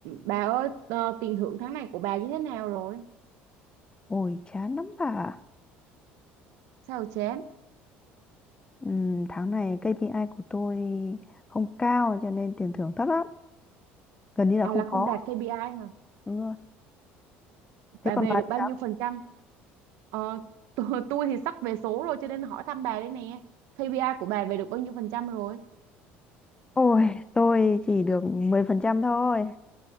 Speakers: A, on the right (about 75°); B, on the left (about 20°).
A: Bà ơi, ờ, tiền thưởng tháng này của bà như thế nào rồi?
B: Ôi chán lắm bà ạ.
A: Sao chán?
B: Ừm, tháng này KPI của tôi không cao cho nên tiền thưởng thấp lắm gần như là
A: À
B: không
A: là
B: có
A: không đạt KPI hả?
B: đúng rồi thế
A: Bà
B: còn
A: về
B: bà
A: được
B: thì
A: bao
B: sao
A: nhiêu phần trăm? Ờ, <laughs> tôi, tôi thì sắp về số rồi cho nên hỏi thăm bà đây nè. KPI của bà về được bao nhiêu phần trăm rồi?
B: ôi tôi chỉ được <laughs> 10% thôi